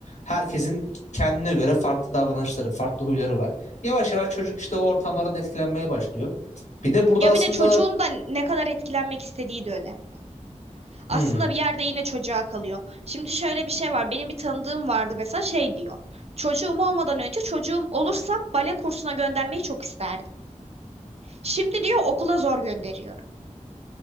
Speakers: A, on the left; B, on the right.
A: Herkesin kendine göre farklı davranışları, farklı huyları var. Yavaş yavaş çocuk işte o ortamlardan etkilenmeye başlıyor. Bir de burada
B: Ya
A: aslında
B: bir de çocuğun da ne kadar etkilenmek istediği de önemli. aslında
A: hmm,
B: bir yerde yine çocuğa kalıyor. Şimdi şöyle bir şey var. Benim bir tanıdığım vardı mesela şey diyor. Çocuğum olmadan önce çocuğum olursa bale kursuna göndermeyi çok isterdim. Şimdi diyor okula zor gönderiyorum.